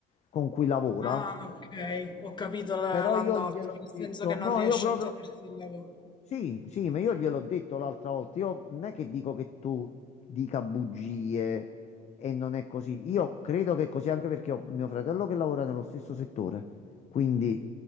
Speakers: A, on the left; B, on the left.
A: con cui lavora,
B: Ah, ok, ho capito l-
A: però
B: l'andazzo,
A: io gliel'ho
B: nel senso
A: detto,
B: che
A: no,
B: non riesci
A: io proprio
B: a tenersi il lavoro.
A: Sì, sì, ma io gliel'ho detto l'altra volta. Io non è che dico che tu dica bugie e non è così. Io credo che è così anche perché ho mio fratello che lavora nello stesso settore. Quindi,